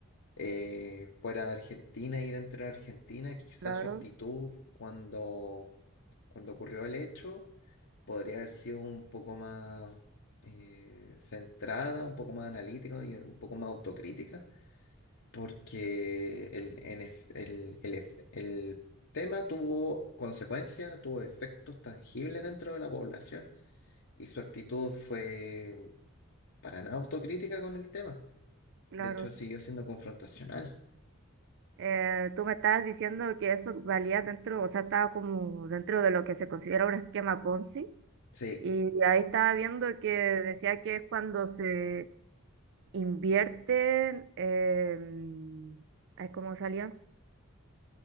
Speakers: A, on the left; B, on the right.
A: eh, fuera de Argentina y dentro de Argentina, quizás
B: claro,
A: su actitud cuando, cuando ocurrió el hecho podría haber sido un poco más... eh, centrada, un poco más analítica y un poco más autocrítica porque el, NF el, el ef- el tema tuvo consecuencias, tuvo efectos tangibles dentro de la población y su actitud fue para nada autocrítica con el tema.
B: claro.
A: De hecho, siguió siendo confrontacional.
B: Eh, tú me estabas diciendo que eso valía dentro, o sea, estaba como dentro de lo que se considera un esquema Ponzi.
A: Sí,
B: Y ahí estaba viendo que decía que es cuando se invierten, em, ay, ¿cómo salió?